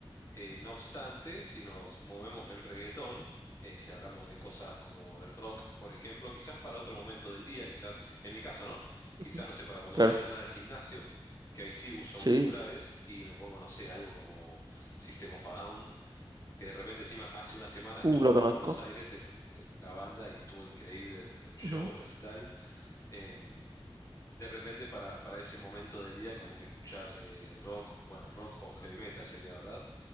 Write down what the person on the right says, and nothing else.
ujú,
claro,
sí.
Uh, lo
conozco.
Ujú.